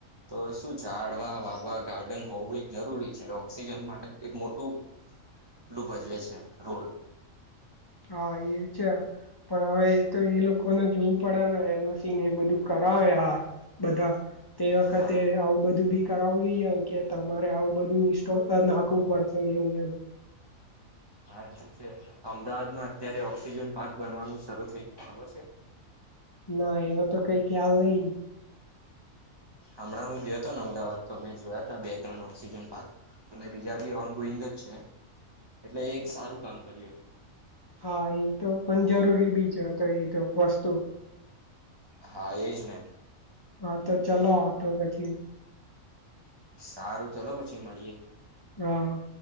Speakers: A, on the right (about 30°); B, on the left (about 35°).
A: તો શું જાડવા વાવવા ગાર્ડન હોવું એ જરૂરી છે ઓક્સિજન માટે કક મોટું એટલું ભજવે છે રોડ
B: હા એ છે પણ હવે એ તો એ લોકોને જોવું પડે ને એનું સીન એ બધું કરાવે હા બધા તે વખતે
A: હા
B: આવું બધું બી કરાવું જોઈએમ કે તમારે આવું બધું ઇન્સ્ટોલ નાખવું પડશે ને એવું એમ
A: હા એ તો છે અમદાવાદ માં અત્યારે ઓક્સિજન પાર્ક બનવાનું શરૂ થઈ ગયું ખબર છે
B: ના એનો તો કઈ ખ્યાલ નહીિ
A: હમણાં હું ગયો હતોને અમદાવાદ તો મેમે જોયા ત બે ત્રણ ઓક્સિજન પાર્ક અને બીજા બી ઓન ગોઈંગ જ છે એટલે એ એક સારું કામ કર્યું
B: હા એ તો પણ જરૂરી બી છે તો એ તો વસ્તુ
A: હા એજ ને
B: હા તો ચલો તો પછી
A: સારું ચલો પછી મળીએ
B: હમ